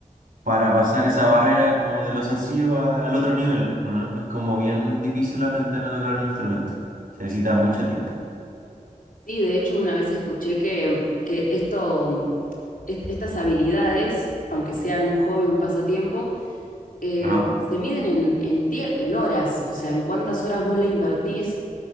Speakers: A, on the right (about 75°); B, on the left (about 75°).
A: para pasar esa barrera como de lo sencillo a- al otro nivel, ¿o ¿no? Es como bien difícil aprender a tocar un instrumento. Se necesita mucho tiempo.
B: Sí, de hecho, una vez escuché que, que esto est- estas habilidades, aunque sean un hobby, un pasatiempo, eh,
A: Ajá.
B: se miden en, en, tie- en horas, o sea, en cuántas horas vos le invertís.